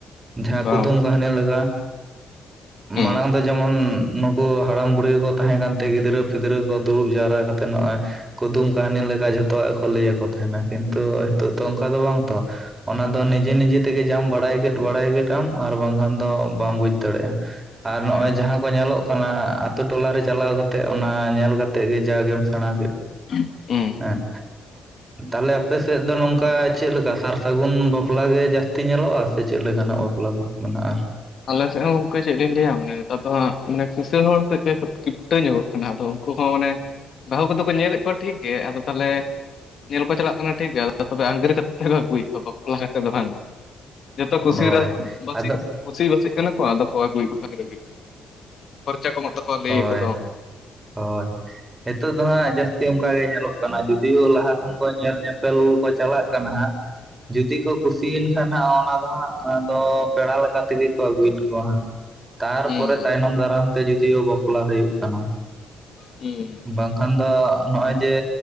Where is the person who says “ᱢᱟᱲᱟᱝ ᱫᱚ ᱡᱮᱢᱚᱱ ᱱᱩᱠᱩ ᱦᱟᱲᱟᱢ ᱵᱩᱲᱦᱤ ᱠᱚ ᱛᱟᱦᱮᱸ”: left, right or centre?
Right